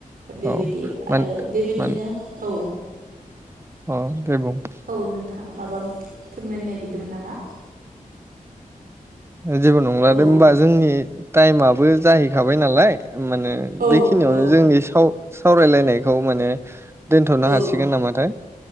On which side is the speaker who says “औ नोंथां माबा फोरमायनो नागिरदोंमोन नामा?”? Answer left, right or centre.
Right